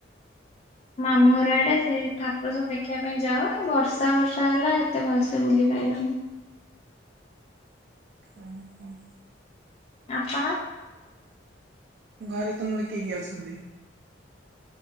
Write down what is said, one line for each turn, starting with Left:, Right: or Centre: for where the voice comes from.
Left: ମାମୁଁ ଘର ଆଡେ ସେ ଠାକୁର ସବୁ ଦେଖିବା ପାଇଁ ଯାଅ ବର୍ଷା ବର୍ଷା ହେଲା ଏତେ ଭଲସେ ବୁଲି ପାଇଲୁନୁ।
Right: ହଁ ହଁ।
Left: ଆପଣ।
Right: ଘରେ ତୁମର କିଏ କିଏ ଅଛନ୍ତି।